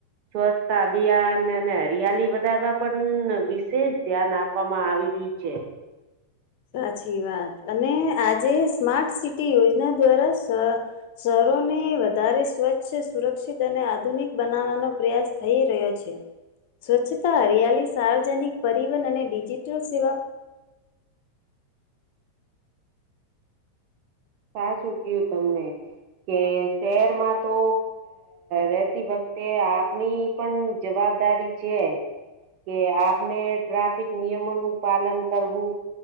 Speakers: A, on the right; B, on the left.
A: સ્વચ્છતા અભિયાન અને હરિયાલી વધારવા પણ વિશેષ ધ્યાન આપ આપવામાં આવી રહી છે.
B: સાચી વાત અને આજે સ્માર્ટ સિટી યોજના દ્વારા સર શહેરોને વધારે સ્વચ્છ સુરક્ષિત અને આધુનિક બનાવવાનો પ્રયાસ થઈ રહ્યો છે. સ્વચ્છતા હરિયાળી સાર્વજનિક પરિવહન અને ડિજિટલ સેવા
A: સાચુ કયો તમને. કે શહેરમાં તો રહેતી વખતે આપની પણ જવાબદારી છે. કે આપને ટ્રાફિક નિયમો નું પાલન કરવું.